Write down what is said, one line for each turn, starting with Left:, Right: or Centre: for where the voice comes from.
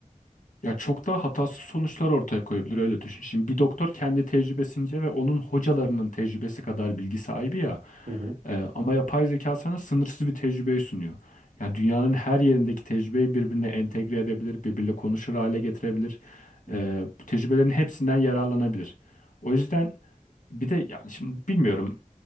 Left: Ya çok daha hatasız sonuçlar ortaya koyabilir öyle düşün. Şimdi bir doktor kendi tecrübesince ve onun hocalarının tecrübesi kadar bilgi sahibi ya.
Right: <laughs>
Left: Ee, ama yapay zeka sana sınırsız bir tecrübeyi sunuyor. Yani dünyanın her yerindeki tecrübeyi birbirine entegre edebilir, birbirle konuşur hale getirebilir.
Right: Hı hı,
Left: Ee, bu tecrübelerin hepsinden yararlanabilir. O yüzden bir de yani şimdi bilmiyorum